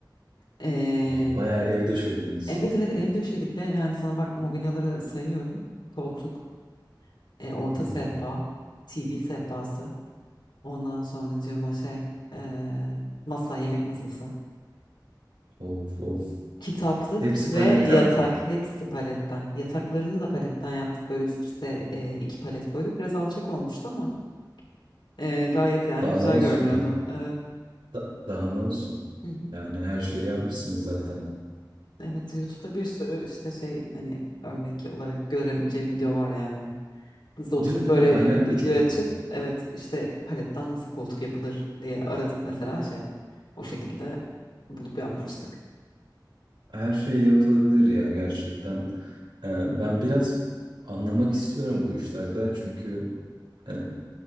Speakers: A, on the left (about 80°); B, on the right (about 85°).
A: Eee,
B: Aa, bayağı ev deşlediniz.
A: evet evet ev döşedik ve yani sana bak mobilyaları sayıyorum. Koltuk, e, orta
B: <laughs>
A: sehpa, TV sehpası. Ondan sonracığıma şey eee, masa, yemek masası.
B: Of of.
A: Kitaplık
B: Hepsi
A: ve
B: paletten
A: yatak
B: mi?
A: hepsi paletten. Yataklarını da paletten yaptık. Böyle üst üste e, iki palet koyduk. Biraz alçak olmuştu ama e, gayet yani
B: Daha
A: güzel
B: ne olsun
A: görünüyordu.
B: ya?
A: Evet.
B: Da- daha ne olsun?
A: Hı hı.
B: Yani her şeyi yapmışsınız zaten.
A: Evet YouTube'da bir sürü işte şey hani örnek olarak görebileceğim video var yani. Biz de oturup
B: Değil mi değil
A: böyle
B: mi? Kaynak
A: video
B: da çok.
A: açıp
B: iyi.
A: evet işte paletten nasıl koltuk yapılır diye aratıp mesela şey o şekilde bulup yapmıştık.
B: Her şey yapılabilir ya gerçekten. Ee, ben biraz anlamak istiyorum bu işlerden çünkü e,